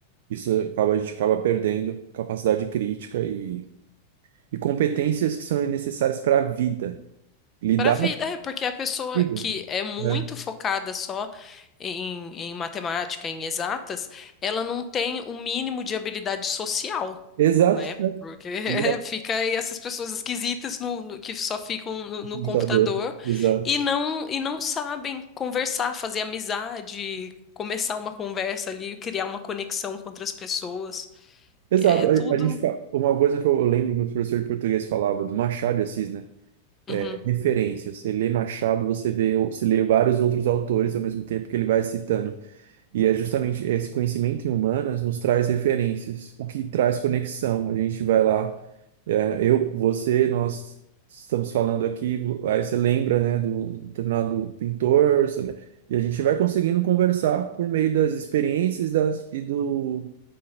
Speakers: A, on the right (about 55°); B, on the left (about 25°).
A: isso acaba, a gente acaba perdendo capacidade crítica e, e competências que são necessárias para a vida. Lidar
B: Para a vida,
A: com a
B: é, porque a pessoa
A: vida.
B: que é muito
A: né?
B: focada só em, em matemática, em exatas, ela não tem o mínimo de habilidade social,
A: Exato,
B: né?
A: né?
B: Porque <laughs> é,
A: Exato.
B: fica aí essas pessoas esquisitas no- no- que só ficam no, no
A: Computador.
B: computador
A: Exato.
B: e não, e não sabem conversar, fazer amizade, começar uma conversa ali, criar uma conexão com outras pessoas.
A: Exato.
B: E é
A: A,
B: tudo.
A: a gente fa- uma coisa que eu lembro que o professor de português falava do Machado de Assis, né?
B: Uhum,
A: É Referência. Você lê Machado, você vê, você lê vários outros autores ao mesmo tempo que ele vai citando. E é justamente esse conhecimento em humanas nos traz referências, o que traz conexão. A gente vai lá, é, eu, você, nós estamos falando aqui, aí você lembra, né, do determinado pintor, você le- e a gente vai conseguindo conversar por meio das experiências das, e do